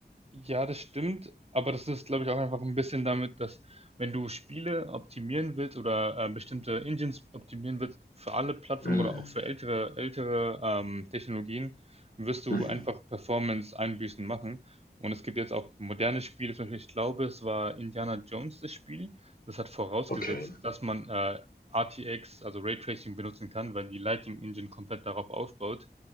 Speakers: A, on the right (about 35°); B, on the left (about 55°).
A: Ja, das stimmt, aber das ist, glaube ich, auch einfach ein bisschen damit, dass wenn du Spiele optimieren willst oder äh, bestimmte Engines optimieren willst für alle Plattformen
B: Mm.
A: oder auch für ältere, ältere ähm, Technologien, wirst du
B: Mhm.
A: einfach Performance-Einbußen machen. Und es gibt jetzt auch moderne Spiele, zum Beispiel, ich glaube, es war Indiana Jones das Spiel. Das hat vorausgesetzt,
B: Okay.
A: dass man äh, RTX, also Raytracing, benutzen kann, weil die Lighting Engine komplett darauf aufbaut.